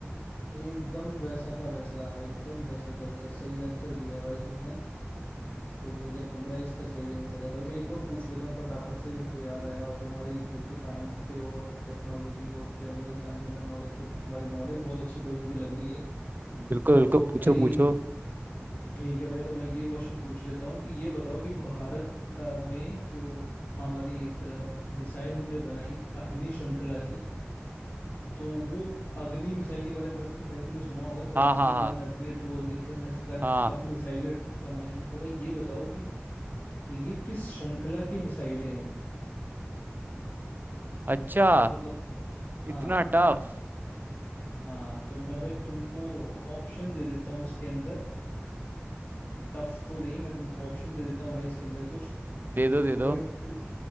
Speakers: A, on the left; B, on the right.
A: एकदम वैसा का वैसा एकदम वैसा का वैसा सही आंसर दिया है भाई तुमने तो 2015 इसका सही आंसर है भाई मैं एक और पूछ लेता हूँ फटाफट से मेरे को याद आया और तुम्हारी मेरे को साइंस पे और टेक्नोलॉजी और जनरल साइंस जनरल नॉलेज पे तुम्हारी नॉलेज बहुत अच्छी भाई मुझे लग रही है
B: बिल्कुल बिल्कुल
A: तो
B: पूछो
A: भाई
B: पूछो
A: ठीक है भाई तो मैं ये क्वेश्चन पूछ लेता हूँ कि ये बताओ कि भारत अ, में जो हमारी एक मिसाइल हमने बनाई अग्नि श्रृंखला की तो वो अग्नि मिसाइल के बारे में भाई, भाई तुमने सुना होगा तो
B: हाँ
A: अग्नि
B: हाँ हाँ
A: वन अग्नि टू अग्नि थ्री हमने ऐसे का,
B: हाँ
A: काफी मिसाइलें बनाई हैं तो भाई ये बताओ कि ये किस श्रृंखला की मिसाइलें हैं
B: अच्छा
A: मतलब हाँ
B: इतना टफ
A: हाँ तो मैं भाई तुमको ऑप्शन दे देता हूँ इसके अंदर टफ तो नहीं मैं तुमको ऑप्शन दे देता हूँ भाई इसके अंदर कुछ
B: दे दो
A: तो
B: दे
A: भाई
B: दो
A: तो